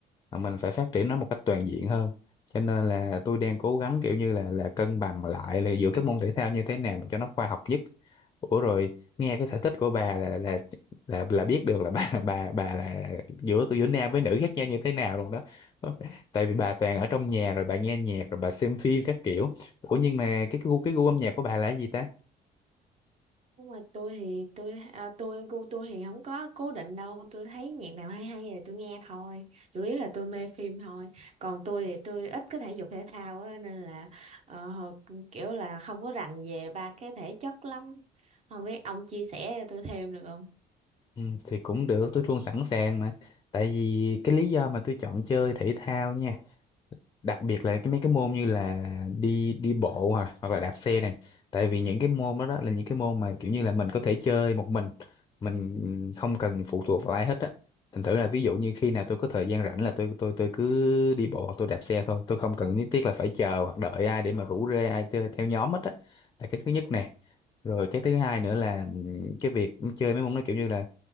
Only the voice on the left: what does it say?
mà mình phải phát triển nó một cách toàn diện hơn cho nên là tôi đang cố gắng kiểu như là là cân bằng lại là giữa các môn thể thao như thế nào cho nó khoa học nhất ủa rồi nghe cái sở thích của bà là là là là biết được là bà <laughs> bà bà là giữa giữa nam với nữ khác nhau như thế nào luôn đó tại vì bà toàn ở trong nhà rồi bà nghe nhạc rồi bà xem phim các kiểu ủa nhưng mà cái gu cái gu âm nhạc của bà là cái gì ta
ừ, thì cũng được tôi luôn sẵn sàng mà tại vì cái lý do mà tôi chọn chơi thể thao nha đặc biệt là cái mấy cái môn như là đi đi bộ hoặc hoặc là đạp xe này tại vì những cái môn đó, đó là những cái môn mà kiểu như là mình có thể chơi một mình mình không cần phụ thuộc vào ai hết á thành thử là ví dụ như khi nào tôi có thời gian rảnh là tôi tôi tôi cứ đi bộ hoặc tôi đạp xe thôi tôi không cần nhất thiết là phải chờ hoặc đợi ai để mà rủ rê ai chơi theo nhóm hết á là cái thứ nhất nè rồi cái thứ hai nữa là ừm, cái việc chơi mấy môn nó kiểu như là